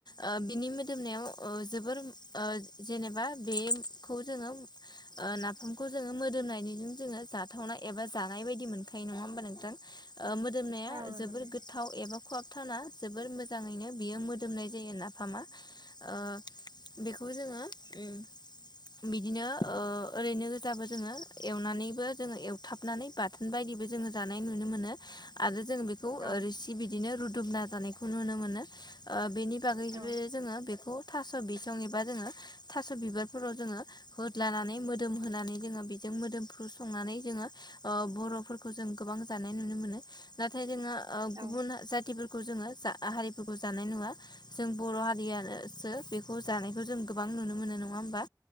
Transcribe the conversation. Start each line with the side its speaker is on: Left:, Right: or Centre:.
Left: ओ बिनि मोदोमनायाव ओ जोबोर ओ जेनेबा बेखौ जोङो ओ नाफामखौ जोङो मोदोमनायजों जोङो जाथावनाय एबा जानाय बायदि मोनखायो नङा ओमबा नोंथां ओ मोदोमनाया
Right: औ नंगौ
Left: जोबोर
Right: नोंथां
Left: गोथाव खुवाब थावना जोबोर मोजाङैनो बियो मोदोमनाय जायो नाफामा ओ बेखौ जोङो उम बिदिनो ओ ओरैनो गोजाबो जोङो एवनानैबो जोङो एवथाबनानै बाथोन बाय दिबो जोङो जानाय नुनो मोनो आरो जों बेखौ
Right: औ
Left: रिसि बिदिनो रुदुमना जानायखौ नुनो मोनो ओ बेनि बिनि बागैबो
Right: औ
Left: जोङो बेखौ थास' बिसं एबा जोङो थास' बिबारफोराव जोङो होदलानानै मोदोम होनानै जोङो बिजों मोदोमफ्रु संनानै जोङो ओ बर'फोरखौ जों गोबां जानाय नुनो मोनो नाथाय जोङो ओ गुबुन
Right: औ
Left: जाति फोरखौ जोङो जा हारिफोरखौ जानाय नुवा जों बर' हारियासो बेखौ जानायखौ जों गोबां नुनो मोनो नङा ओमबा